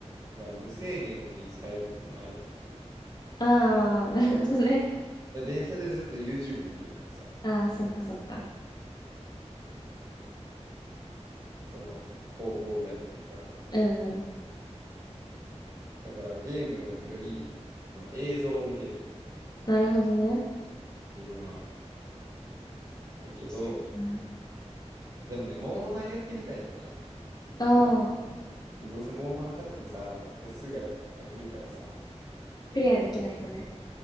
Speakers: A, on the right; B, on the left.
A: が無制限に使えるっていうのはあれかもし
B: ああ、なるほどね。
A: れない。電車でずっと YouTube 見るからさ、
B: ああ、そっかそっか。
A: その高校ぐらいの時から。
B: うんうん。
A: だからゲームより、その映像を見てる、
B: なるほどね。
A: 自分は。やけど、
B: 確かにな
A: でもね、モンハンやってみたいんよな。一個あんの。
B: うん。
A: でもどうせモンハン買ってもさ、俺すぐ飽き、飽きるからさ。
B: クリアできないとね、
A: いや、